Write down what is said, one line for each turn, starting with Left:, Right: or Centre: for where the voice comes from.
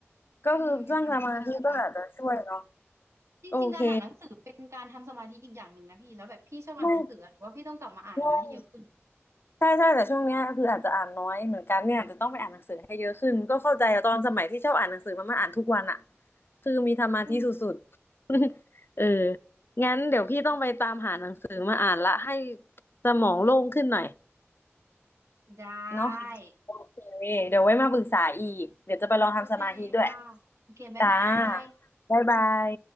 Left: ก็คือสร้างสมาธิก็อาจจะช่วยเนาะ
Right: อืมอยากทำให้ดีขึ้นละจริงๆการอ่านหนังสือเป็นการทำสมาธิอีกอย่างหนึ่งนะพี่แล้วแบบพี่ชอบอ่านหนังสือหรือว่าพี่ต้องกลับมาอ่านมันให้เยอะขึ้น
Left: โอเคไม่งง ใช่ใช่แต่ช่วงเนี้ยคืออาจจะอ่านน้อยเหมือนกันเนี่ยอาจจะต้องไปอ่านหนังสือให้เยอะขึ้นก็เข้าใจอะตอนสมัยที่ชอบอ่านหนังสือมันมาอ่านทุกวันอะคือมีธรรมาี่สุดๆ
Right: อืม
Left: <laughs> เอองั้นเดี๋ยวพี่ต้องไปตามหาหนังสือมาอ่านละให้สมองโล่งขึ้นหน่อย
Right: ได้
Left: เนาะโอเคเดี๋ยวไว้มาปรึกษาอีกเดี๋ยวจะไปลองทำสมาธิด้วย
Right: โอเคค่ะโอเคบ๊ายบาย
Left: จ้าบ๊ายบาย